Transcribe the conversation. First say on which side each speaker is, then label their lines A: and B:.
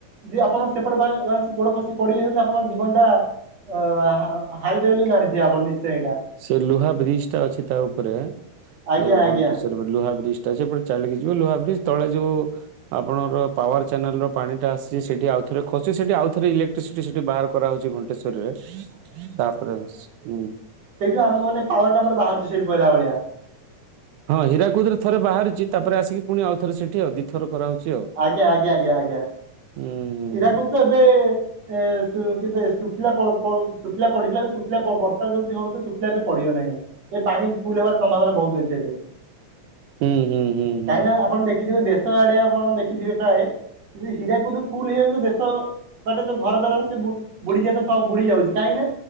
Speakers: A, on the right; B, on the right.
A: ଯଦି ଆପଣ ସେପଟ ଗୋଡ ଖସି ପଡି ଯାଇଚନ୍ତି ଆପଣଙ୍କ ଜୀବନ୍ ଟା ଅ- ହା-ହାରିଦେବେ ବୋଲି ଜାଣିଥିବେ ଆପଣ ନିଶ୍ଚୟ ଏଇଟା।
B: ସେ ଲୁହା ବ୍ରିଜ୍ ଟା ଅଛି ତା ଉପରେ
A: ଆଜ୍ଞା
B: ଯଉ
A: ଆଜ୍ଞା
B: ଘଣ୍ଟେଶ୍ଵରୀ ଲୁହା ବ୍ରିଜ୍ ଟା ଅ ସେଟେ ଚାଲିକି ଯିବ ଲୁହା ବ୍ରିଜ୍ ତଳେ ଯୋଉ ଆପଣର ପାୱାର ଚାନେଲର ପାଣିଟା ଆସିଛି ସେଠି ଆଉଥ ଖୁଛି ସେଠି ଆଉଥରେ ଇଲେକ୍ଟ୍ରିସିଟି ସେଠି ବାହାର କରାହଉଛି ଘଣ୍ଟି କେଶରିରେ ତାପରେ ହୁଁ।
A: ସେଇଠ ଆରଭ ମାନ ପାୱାର ଟାମ ବାାରୁଛ ସେଇଠୁ କହିଲ ଭଳିଆ।
B: ହଁ ହୀରା କୋଦରେ ଥରେ ବାହାରିଛି ତାପରେ ଆସିକି ପୁଣି ଆଉଥ ସେଠି ଆ ଦି ଥ କରହଉଛି ଆଉ।
A: ଆଜ୍ଞା ଆଜ୍ଞା ଆଜ୍ଞା ଆଜ୍ଞା।
B: ହୁଁ ହୁଁ
A: କୀରାକୁ ତ ଏବେ ଏ କେେ ଶୁଖିଲା ଶୁଖିଲା ପଡିଥିଲା ବି ଶୁଖିଲା ବର୍ଷା ଯୋଉଠି ହଉଥ ଶୁଖିଲା ଏବେ ପଡିବ ନାହିଁ। ଏ ପାଣି ଫୁଲ ହେବାର ସମ୍ଭାବନା ବହୁତ ଅଛି ଆଜ୍ଞା।
B: ହୁଁ ହୁଁ ହୁଁ। ହୁଁ
A: କାହିଁକି ନା ଆପଣ ଦେଖିଥିବେ ଦେଶ ଆଡେ ଆପଣ ଦେଖିଥିବେ ପ୍ରାୟ ହୀରାକୁଦୁ ଫୁଲ ହେଇଯାଉ ଦେଶ ବାଟେ ଯଉ ଘର ଦ୍ଵାର ସେ ବୁଡିଯ ବୁଡି ଯାଉଛି କାହିଁକି ନା